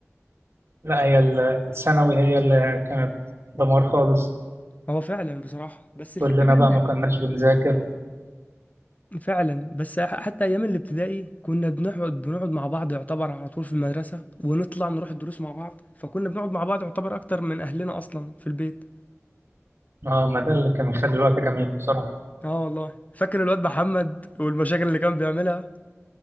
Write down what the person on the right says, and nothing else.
لا هي ال- الثانوي هي اللي كانت دمار خالص
كلنا
بقى
ما كناش بنذاكر
اه ما ده اللي كان مخلي الوقت جميل بصراحة